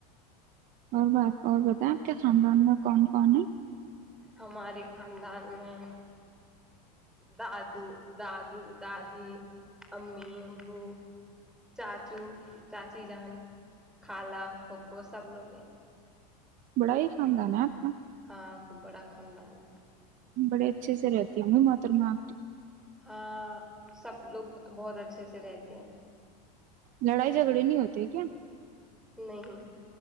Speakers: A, on the right (about 40°); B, in the centre.
A: اور بات اور بتائیں آپ کے خاندان میں کون کون ہے
B: ہمارے خاندان میں دادو دادو دادی امی ابو چاچو چاچی جان کالا پپو سب لوگ ہیں
A: بڑا ہی خاندان ہے آپ کا
B: ہاں خوب بڑا خاندان ہے
A: بڑے اچھے سے رہتی ہیں م ماتر میں آ
B: ہاں سب لوگ <unintelligible> بہت اچھے سے رہتے ہیں
A: لڑائی جھگڑے نہیں ہوتے کیا
B: نہیں